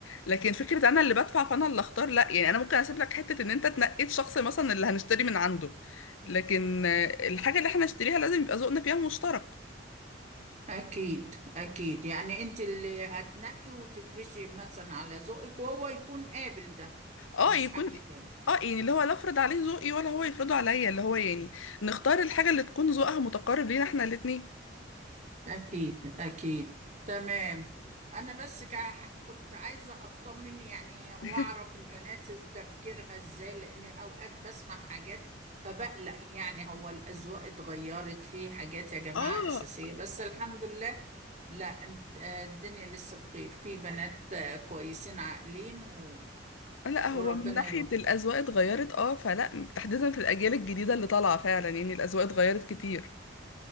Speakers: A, on the left; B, on the right.
A: لكن فكرة أنا اللي بدفع فأنا اللي أختار لأ يعني أنا ممكن أسيب لك حتة إن أنت تنقيت شخص مثلا اللي هنشتري من عنده لكن آه، الحاجة اللي إحنا نشتريها لازم يبقى ذوقنا فيها مشترك
B: أكيد أكيد يعني أنت اللي هتنقي وتفرشي مثلا على ذوقك وهو يكون قابل ده
A: اه
B: مش
A: يكون
B: حد تاني
A: اه يعني اللي هو لا افرض عليه ذوقي ولا هو يفرضه عليا اللي هو يعني نختار الحاجة اللي تكون ذوقها متقارب لينا احنا الاتنين
B: أكيد أكيد تمام أنا بس كا- كنت عايزة أطمن يعني وأعرف
A: <laughs>
B: البنات تفكيرها إزاي لأن أوقات بسمع حاجات فبقلق يعني هو الأذواق اتغيرت في حاجات يا جماعة
A: اه
B: أساسية بس الحمد لله لا أنت آه، الدنيا لسه بخير في بنات آه، كويسين عاقلين و...
A: لا هو
B: وربنا
A: من ناحية
B: يوفق
A: الأذواق اتغيرت اه فلا تحديدا في الأجيال الجديدة اللي طالعة فعلا يعني الأذواق اتغيرت كتير